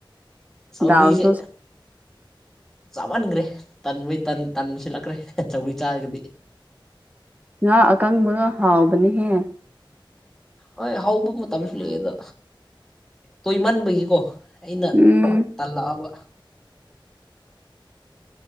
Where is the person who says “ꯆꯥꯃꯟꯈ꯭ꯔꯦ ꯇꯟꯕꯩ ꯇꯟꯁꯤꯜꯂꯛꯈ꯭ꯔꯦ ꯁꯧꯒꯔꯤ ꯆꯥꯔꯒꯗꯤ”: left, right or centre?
Centre